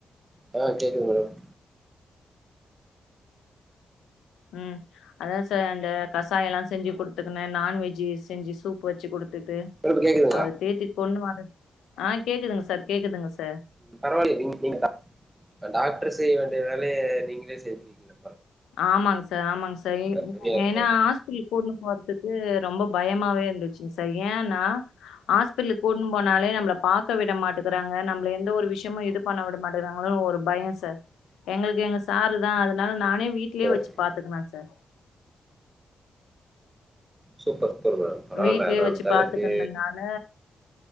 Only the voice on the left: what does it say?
உம் அதான் சார் அந்த கசாயம் எல்லா செஞ்சி குடுத்துக்குன்னு நான்வெஜ்ஜி செஞ்சி சூப் வச்சு குடுத் திட்டு
அவர தேத்தி கொண்டு வர ஆஹ் கேக்குதுங்க சார் கேக்குதுங்க சார்
ஆமாங்க சார் ஆமாங்க சார் ஏன்
ஏன்னா
ஹாஸ்பிட்டல் கூட்னு போறதுக்கு ரொம்ப பயமாவே இருக் இருந்திச்சுங்க சார் ஏன்னா ஹாஸ்பிடல்ல கூட்னுண்டு போனாலே நம்மள பாக்க விடமாட்டுகறாங்க நம்மள எந்த ஒரு விஷயமும் இது பண்ண விட மாட்டேறாங்க ஒரு பயம் சார் எங்களுக்கு எங்க சாரு தான் அதனால நானே வீட்டுலேயே
வெச்சு பாத்துக்கலாம் சார்
வீட்லயே
வச்சு
பாத்துக்கனதுனால